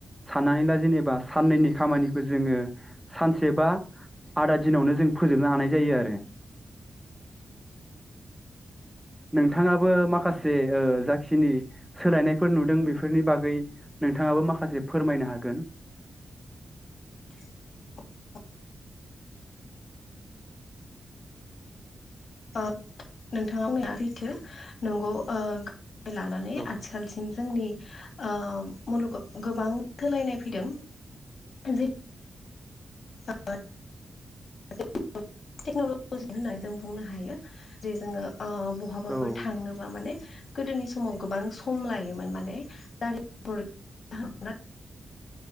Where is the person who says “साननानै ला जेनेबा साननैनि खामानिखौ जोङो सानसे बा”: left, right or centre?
Centre